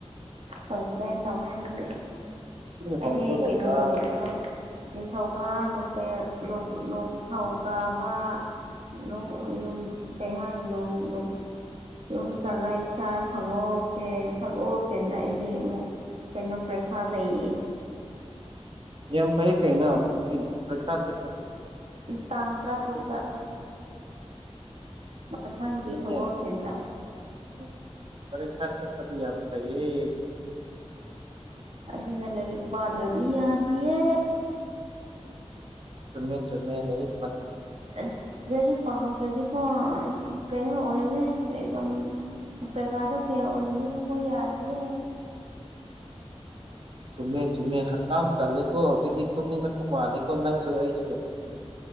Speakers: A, on the right; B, on the right.
A: <unintelligible> ꯇꯧꯅꯦ ꯑꯗꯨꯗꯤ
B: ꯏꯁꯤꯡ
A: ꯑꯩꯗꯤ
B: ꯍꯣꯟꯕꯒꯨꯝꯕ
A: ꯀꯩꯅꯣ ꯅꯨꯃꯤꯠꯇꯁꯨ ꯅꯤꯡꯊꯧꯀ ꯂꯣꯄꯦ ꯂꯧ ꯅꯣꯡ ꯊꯧꯀꯥꯕꯥ ꯂꯧ ꯌꯨꯝ ꯀꯩ ꯍꯥꯏꯗꯨꯅꯣ ꯅꯣꯡ ꯌꯨꯝꯁꯥꯒꯩꯁꯥ ꯁꯒꯣꯜꯁꯦꯟ ꯁꯒꯣꯜꯁꯦꯟꯗ ꯑꯩꯗꯤ ꯑꯃꯨꯛ ꯀꯩꯅꯣ ꯄ꯭ꯔꯦꯈꯥ ꯂꯩꯥꯌꯦ
B: ꯌꯥꯝ ꯐꯩꯌꯦ ꯀꯩꯅꯣ ꯑꯩ ꯄ꯭ꯔꯦꯈꯥ ꯆꯠꯄꯗꯤ
A: ꯇꯥꯡ ꯇ꯭ꯔꯥꯇ꯭ꯔꯨꯛꯇ ꯃꯊꯪꯒꯤ
B: ꯑꯗꯨꯅꯦ
A: ꯁꯒꯣꯜꯁꯦꯟꯗ
B: ꯎꯝ ꯄꯔꯤꯈꯥ ꯆꯠꯄꯗꯤ ꯌꯥꯝ ꯐꯩꯌꯦ
A: ꯑꯗꯨꯅ ꯂꯥꯏꯔꯤꯛ ꯄꯥꯗ꯭ꯔꯗꯤ ꯌꯥꯗꯤꯌꯦ
B: ꯆꯨꯝꯃꯦ ꯆꯨꯝꯃꯦ ꯂꯩ
A: <inaudible> ꯄꯥꯍꯧꯗ꯭ꯔꯗꯤꯀꯣ ꯑꯁ ꯀꯩꯅꯣ ꯑꯣꯏꯅꯦ ꯑꯦꯝꯖꯥꯝ ꯄ꯭ꯔꯦꯈꯥꯗ ꯐꯦꯜ ꯑꯣꯏꯒꯅꯤ ꯃꯉꯣ ꯌꯥꯗꯤꯌꯦ
B: ꯆꯨꯝꯃꯦ ꯆꯨꯝꯃꯦ ꯍꯛꯀꯥꯝ ꯆꯜꯂꯦꯀꯣ ꯍꯧꯖꯤꯛꯇꯤ ꯇꯨꯝꯅꯤꯡꯉꯛꯄ ꯃꯥꯜꯂꯦꯀꯣ ꯅꯪꯁꯨ ꯑꯩꯁꯨ